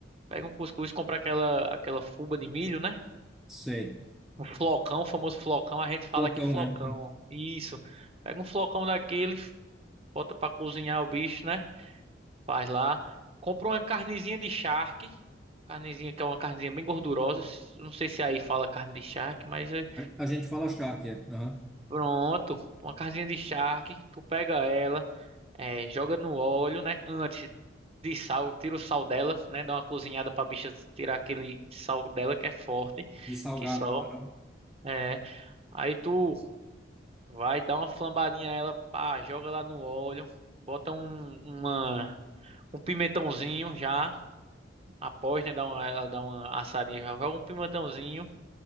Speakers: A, on the right; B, in the centre.
A: pega um cuscuz, compra aquela, aquela fuba de milho, né?
B: Sei.
A: Um flocão, o famoso flocão. A gente fala
B: Flocão,
A: aqui flocão.
B: né? Hum.
A: Isso. Pega um flocão daquele, bota pra cozinhar o bicho, né? Faz lá. Compra uma carnezinha de charque. Carnezinha que é uma carnezinha bem gordurosa. Não sei se aí fala carne de charque, mas é-
B: A, a gente fala charque, é. Aham.
A: pronto. Uma carnezinha de charque. Tu pega ela. É, joga no óleo, né? Antes de sal, tira o sal dela, né? Dá uma cozinhada pra bicha tirar aquele sal dela que é forte,
B: De salgar,
A: que sal.
B: né? Aham.
A: É. Aí tu vai dar uma flambadinha a ela, pá, joga lá no óleo, bota um, uma, um pimentãozinho já, após, né? Dá uma, ela dá uma assadinha, já joga um pimentãozinho.